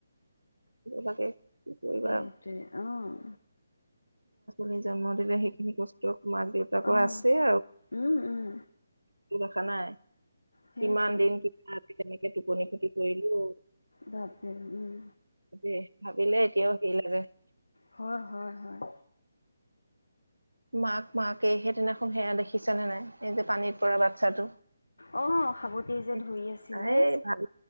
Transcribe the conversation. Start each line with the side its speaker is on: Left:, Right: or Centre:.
Right: লাগে, কি কৰিবা
Left: সেইটোৱে
Right: আৰু
Left: অ',
Right: <unintelligible> জন্ম দিলে সেইখিনি কষ্ট মাক-দেউতাকৰ
Left: অ',
Right: আছে আৰু!
Left: উম, উম,
Right: টো দেখা নাই!
Left: সেইটোৱে।
Right: কিমান দিন কিবা আ তেনেকে টোপনি খতি কৰিলো অ'।
Left: বাপৰে উম।
Right: দে ভাবিলে এতিয়াও সেই লাগে ।
Left: হয় হয় হয়।
Right: মাক-মাকে সেইদিনাখন সেয়া দেখিছা নে নাই? এই যে পানীত পৰা বাচ্ছাটো
Left: অ' সাবটি যে
Right: এই
Left: ধৰি আছিলে ।
Right: ভাল